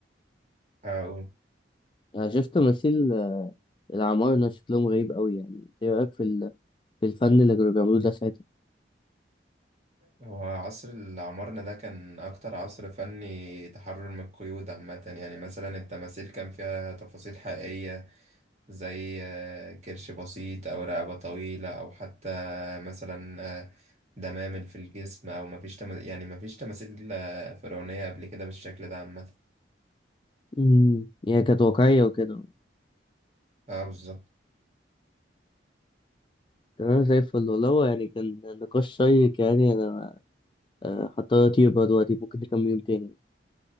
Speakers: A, on the right (about 40°); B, on the left (about 25°).
A: هقول
B: أنا شفت تماثيل آه، العمارنة شكلهم غريب أوي يعني إيه رأيك في ال... في الفن اللي كانوا بيعملوه ده ساعتها
A: هو عصر اللي عمرنا ده كان أكتر عصر فني تحرر من القيود عامة يعني مثلا التماثيل كان فيها تفاصيل حقيقية زي آه، كرش بسيط أو رقبة طويلة أو حتى مثلا آه، دمامل في الجسم أو مفيش تما... يعني مفيش تماثيل آه، فرعونية قبل كده بالشكل ده عامة
B: امم يعني كانت واقعية وكده
A: اه بالظبط
B: تمام زي الفل والله هو يعني كان نقاش شيق يعني أنا آه، هضطر أطير بقى دلوقتي ممكن نكمل يوم تاني